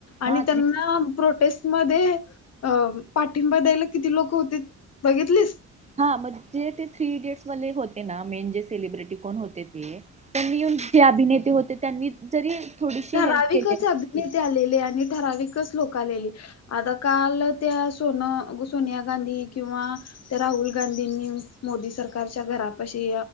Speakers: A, on the right (about 20°); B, on the left (about 55°).
A: हा
B: आणि त्यांना
A: थ्री
B: प्रोटेस्ट मध्ये अ पाठिंबा द्यायला किती लोक होते बघितलीस.
A: हा म जे ते थ्री इडियट्स वाले होते ना मेन जे सेलिब्रिटी कोण होते ते त्यांनी येऊन जे अभिनेते होते त्यांनी जरी थोडीशी
B: ठराविकच
A: हेल्प केली असती.
B: अभिनेते आलेले आणि ठराविकच लोक आलेली. आता काल त्या सोन सोनिया गांधी किंवा त्या राहुल गांधींनी मोदी सरकारच्या घरात अशी